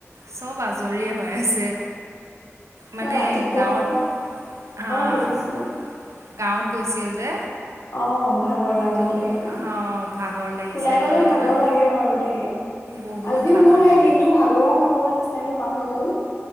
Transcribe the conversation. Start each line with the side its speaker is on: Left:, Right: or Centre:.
Right: চব আজৰিয় হৈ আছে মানে
Left: কই ৰাতিপুৱাও
Right: গাঁৱত হা
Left: আহ বুজিছো
Right: গাঁৱত গৈছিল যে
Left: অম ভাগৰ লাগিলে
Right: তো
Left: সেইকাৰণে
Right: অঁ ভাগৰ লাগিছে
Left: ওলাই
Right: তো
Left: গ'লে
Right: সেইটো
Left: ভাগৰ
Right: কাৰণে
Left: লাগে বাৰু দেই
Right: বহুত
Left: আজিও
Right: ভাগৰ
Left: মোৰ সেই
Right: লাগে
Left: দিনটো ভাগৰুৱা ভাগৰুৱা নিচিনাকে পাহৈ গ'ল